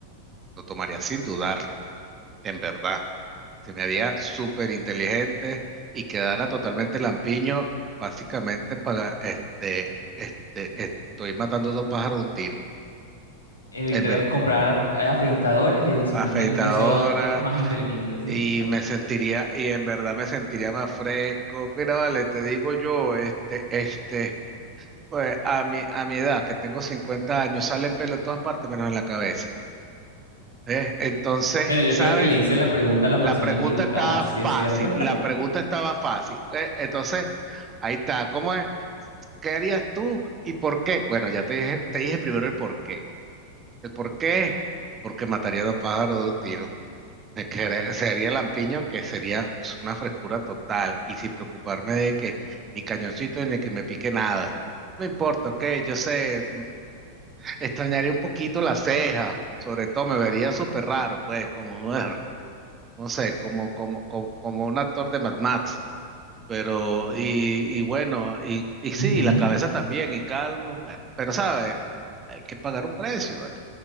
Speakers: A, on the right (about 25°); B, on the left (about 80°).
A: lo tomaría sin dudarlo, en verdad. Se me haría súper inteligente y quedara totalmente lampiño, básicamente para, este, este, estoy matando dos pájaros de un tiro.
B: Evitarías
A: En verdad,
B: comprar a- afeitadoras y adicionalmente
A: afeitadora
B: a eso ah, eres más inteligente, ¿sí?
A: y me sentiría, y en verdad me sentiría más fresco. Mira, vale, te digo yo, este, este. Pues a mi, a mi edad, que tengo 50 años, sale pelo en todas partes menos en la cabeza. ¿eh? Entonces,
B: Bueno, yo
A: ¿sabes?
B: creo que le hice la pregunta a la
A: La
B: persona
A: pregunta
B: equivocada,
A: estaba
B: sí
A: fácil,
B: es cierto.
A: la pregunta estaba fácil. ¿eh? Entonces, ahí está. ¿Cómo es? ¿Qué harías tú y por qué? Bueno, ya te dije, te dije primero el por qué. El por qué es porque mataría a dos pájaros de un tiro. Me quedé- Sería lampiño que sería pues, una frescura total y sin preocuparme de que ni cañoncito ni que me pique nada. No me importa, ok, yo sé, extrañaría un poquito las cejas, sobre todo me vería súper raro, pues, como, er, no sé, como, como, como, como un actor de Mad Max, pero, y, y bueno, y, y sí,
B: <laughs> Ujú.
A: la cabeza también, y calvo, bueno, pero sabe, hay que pagar un precio, ¿vale?